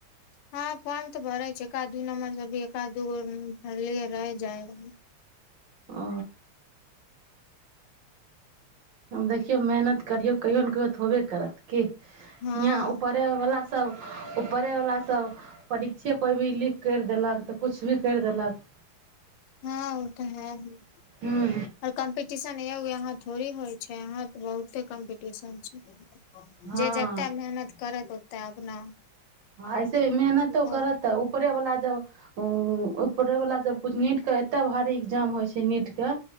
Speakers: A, on the left; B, on the right.
A: हँ फोर्म तऽ भरै छै एकादू नम्बर ज भी एक दू गो भरलि रहि जाय रहै
B: ओ हम देखियौ मेहनत करियौ कहियो ने कहियो तऽ होबे करत की
A: हँ
B: याँ उपरे वला सब ऊपरेवला सब परीक्षा कोई भी लिख करि देलक तऽ किछु भी करि देलक
A: हँ ओ तऽ है आऔर
B: हूँ
A: कम्पटिशन यए यह थोड़ी होय यहा तऽ बहुते कम्पीटिशन छै
B: हँ
A: जे जते मेहनत करत ओ तैं अपना
B: ऐसे भी मेहनतो
A: हो
B: करत ऊपरे वला जब उ उपरे वाला सब कुछ नीट के एते भारी ए्जाम होय छै नीट के